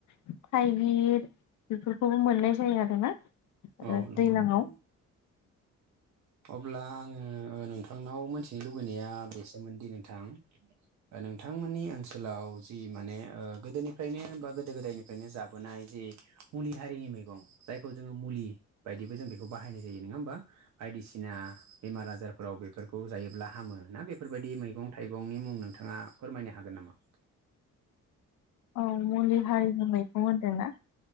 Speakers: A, on the left; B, on the right.
A: थाइगिर बेफोरखौबो मोननाय जायो आरोना
B: औ नंगौ
A: दैज्लांआव
B: नोंथां अब्ला आङो नोंथांनाव मोनथिनो लुबैनाया बेसोमोनदि नोंथां नोंथांमोननि ओनसोलाव जि माने गोदोनिफ्रायनो बा गोदो गोदायनिफ्रायनो जाबोनाय जि मुलि हारिनि मैगं जायखौ जोङो मुलि बायदिबो जों बेखौ बाहायनाय जायो नङा होमबा बायदिसिना बेमार आजारफोराव बेफोरखौ जायोब्ला हामो ना बेफोरबायदि मैगं थाइगंनि मुं नोंथाङा फोरमायनो हागोन नामा
A: औ मुलि हारिमु मैगं होन्दोंना